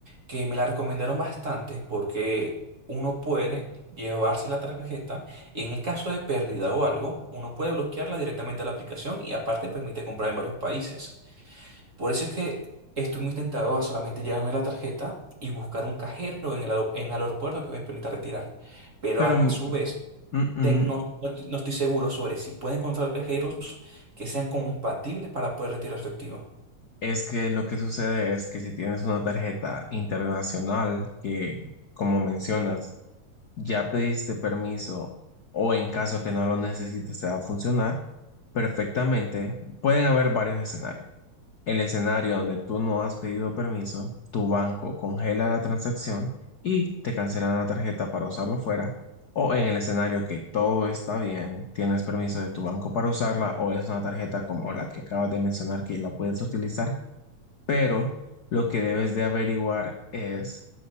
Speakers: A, on the right; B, on the left.
A: que me la recomendaron bastante porque uno puede llevarse la tarjeta y en el caso de pérdida o algo, uno puede bloquearla directamente a la aplicación y aparte permite comprar en varios países. Por eso es que estoy muy tentado a solamente llevarme la tarjeta y buscar un cajero en el, aer- en el aeropuerto que me permita retirar. Pero
B: Pero
A: a
B: mm,
A: su vez,
B: mm,
A: ten- no, no no estoy seguro sobre si puedo encontrar cajeros que sean compatibles para poder retirar efectivo.
B: es que lo que sucede es que si tienes una tarjeta internacional que, como mencionas, ya pediste permiso o en caso que no lo necesites te va a funcionar perfectamente, pueden haber varios escenarios. El escenario donde tú no has pedido permiso, tu banco congela la transacción y te cancelan la tarjeta para usarlo fuera. O en el escenario que todo está bien, tienes permiso de tu banco para usarla o es una tarjeta como la que acabas de mencionar que la puedes utilizar pero lo que debes de averiguar es